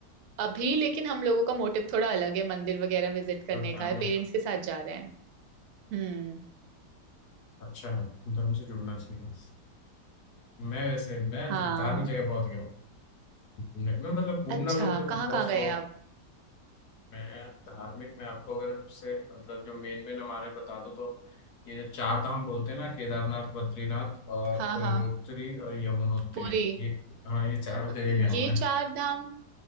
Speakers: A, on the right; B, on the left.
A: अभी लेकिन हम लोगों का मोटिव थोड़ा अलग है मंदिर वगैरह विजिट करने
B: तो धार्मिक
A: का है पेरेंट्स के साथ जा रहे हैं हम्म
B: अच्छा है धर्म से जुड़ना चाहिए मैं वैसे मैं
A: हाँ
B: तो धार्मिक जगह बहुत गया हूँ घूमने मैं मतलब घूमना
A: अच्छा
B: वूमना मुझे बहुत
A: कहाँ कहाँ
B: शौक
A: गए आप
B: है धार्मिक में आपको अगर सबसे मतलब जो मेन मेन हमारे बता दूँ तो ये जो चार धाम बोलते हैं ना केदारनाथ बद्रीनाथ और
A: हाँ
B: गंगोत्री
A: हाँ
B: और यमुनोत्री
A: पुरी
B: ये हाँ ये चारों जगह
A: ये
B: गया हूँ मैं
A: चार धाम